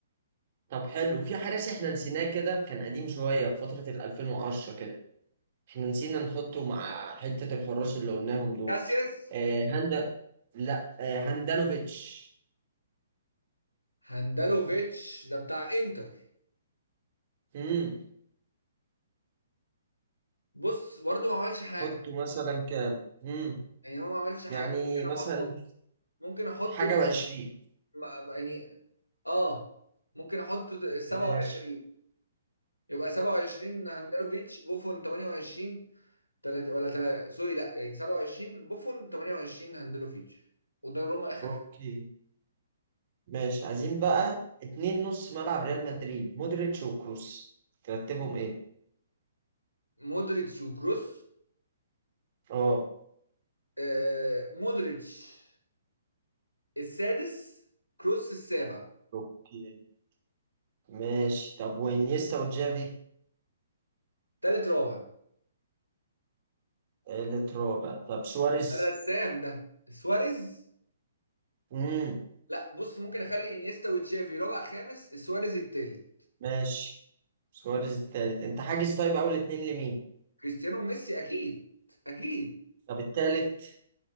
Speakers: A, on the right; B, on the left.
A: طب حلو في حارس احنا نسيناه كده كان قديم شوية في فترة ال 2010 كده احنا نسينا نحطه مع حتة الحراس اللي قلناهم دول
B: كاسياس
A: آه هندا لا آه هاندانوفيتش
B: هاندالوفيتش ده بتاع انتر
A: امم
B: بص برضه ما عملش حاجه
A: حطه مثلا كام امم
B: يعني هو ما عملش
A: يعني
B: حاجه ممكن
A: مثلا
B: احطه ممكن احطه
A: حاجة وعشرين
B: مع- مع- يعني اه ممكن احطه 27
A: ماشي
B: يبقى 27 هاندالوفيتش بوفون 28 تلاتة ولا تلاتة سوري لا يعني 27 بوفون 28 هاندلوفيتش قدام روما اخر
A: اوكي
B: حاجه
A: ماشي عايزين بقى اتنين نص ملعب ريال مدريد مودريتش وكروس ترتبهم ايه
B: مودريتش وكروس
A: اه
B: آه مودريتش السادس كروس السابع
A: اوكي ماشي طب وانيستا وجافي
B: تالت رابع
A: تالت رابع طب سواريز
B: الرسام ده سواريز
A: امم
B: لا بص ممكن اخلي انيستا وتشافي رابع خامس سواريز التالت
A: ماشي سواريز التالت انت حاجز طيب اول اتنين لمين
B: كريستيانو وميسي اكيد اكيد
A: طب التالت